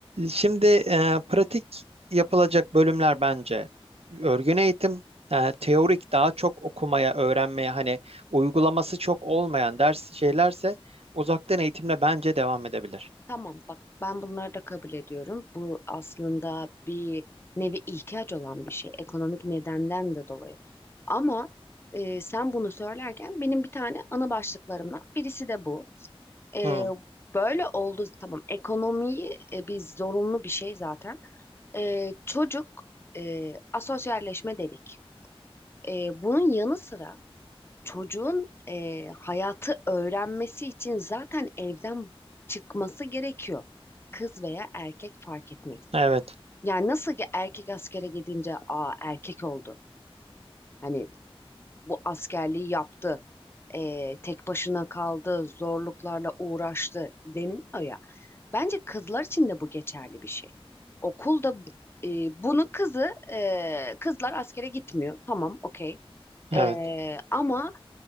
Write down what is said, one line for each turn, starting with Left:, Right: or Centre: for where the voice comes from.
Right: şimdi e, pratik yapılacak bölümler bence örgün eğitim, e, teorik daha çok okumaya, öğrenmeye hani uygulaması çok olmayan ders şeylerse uzaktan eğitimle bence devam edebilir.
Left: Tamam bak ben bunları da kabul ediyorum. Bu aslında bir nevi ihtiyaç olan bir şey. Ekonomik nedenden de dolayı. Ama e, sen bunu söylerken benim bir tane ana başlıklarımdan birisi de bu. E,
Right: Hı,
Left: böyle oldu tamam ekonomiyi e, biz zorunlu bir şey zaten. E, çocuk e, asosyalleşme dedik. E, bunun yanı sıra çocuğun e, hayatı öğrenmesi için zaten evden çıkması gerekiyor. Kız veya erkek fark etmek.
Right: evet,
Left: Yani nasıl ki erkek askere gidince aa erkek oldu. Hani bu askerliği yaptı. e, tek başına kaldı, zorluklarla uğraştı deniliyor ya. Bence kızlar için de bu geçerli bir şey. Okulda e, bunu kızı e, kızlar askere gitmiyor. Tamam, okey.
Right: evet.
Left: E, ama